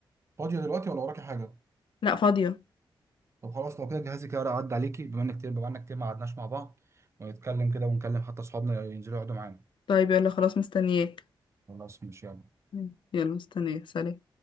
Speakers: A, on the right; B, on the left.
A: فاضيه دلوقتي ولا وراكي حاجه
B: لا فاضية
A: طب خلاص لو كده جهزي كده اعدي عليكي بما انك كتير بما انك كتير ما قعدناش مع بعض ونتكلم كده ونكلم حتى اصحابنا ينزلوا يقعدوا معانا
B: طيب يلا خلاص مستنياك
A: خلاص مش يلا
B: مم. يلا مستنياك سلام